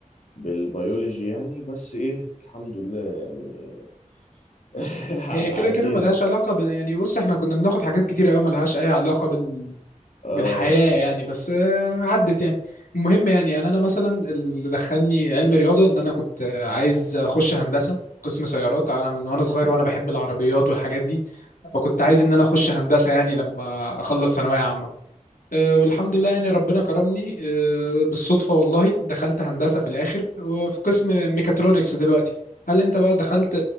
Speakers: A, on the left; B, on the left.
A: بالبيولوجي يعني بس ايه الحمد لله يعني <laughs>
B: هي كده
A: عدينا
B: كده ملهاش علاقة بال... يعني بص احنا كنا بناخد حاجات كتير قوي ملهاش أي علاقة بال...
A: اه
B: بالحياة يعني بس آه، عدت يعني المهم يعني أنا أنا مثلا اللي دخلني علم رياضة إن أنا كنت آه، عايز أخش هندسة قسم سيارات أنا من وأنا صغير وأنا بحب العربيات والحاجات دي فكنت عايز إن أنا أخش هندسة يعني لما أخلص ثانوية عامة آه، والحمد لله يعني ربنا كرمني آه، بالصدفة والله دخلت هندسة في الآخر وفي قسم ميكاترونكس دلوقتي هل أنت بقى دخلت